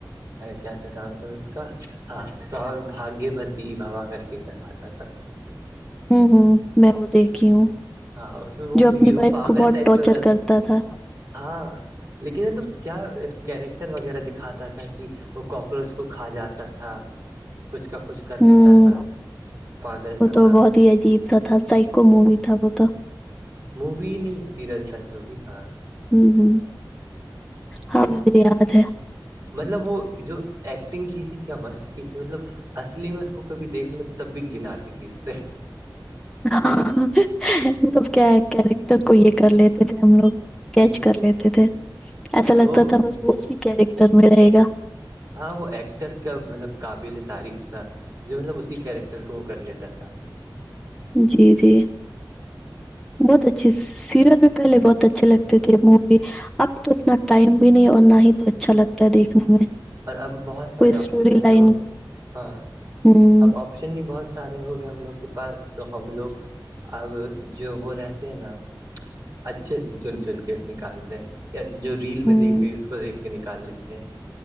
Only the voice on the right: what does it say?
کیا تھا نام اس کا ہاں س بھاگیہوتی بوا کر کے آتا تھا ہاں <inaudible>
ہاں اس میں وہ
ہیرو
پاگل
ٹائپ
کا
ہاں لیکن مطلب کیا کیریکٹر وغیرہ دکھاتا تھا کہ وہ کاکروچ کو کھا جاتا تھا کچھ کا کچھ کر
لیتا تھا پاگل
سا
تھا
مووی نہیں سیریل تھا جو بھی ہاں
مطلب وہ جو ایکٹنگ کی تھی کیا مست کی تھی مطلب اصلی میں اس کو کبھی دیکھ لو تب بھی گن آتی تھی اس سے
ہ
وہ
ہاں وہ ایکٹر کا مطلب قابل تعریف تھا جو مطلب اسی کیریکٹر کو وہ کر لیتا تھا
اور اب بہت سارے
آپشن
ہیں
جو ہاں
اب آپ آپشن ہی بہت سارے ہو گئے ہم لوگ کے پاس تو ہم لوگ اب جو وہ رہتے ہیں نا اچھی اچھی چن چن کے نکالتے ہیں یا تو جو ریل میں
دیکھ گئی اس کو دیکھ کے نکال لیتے ہیں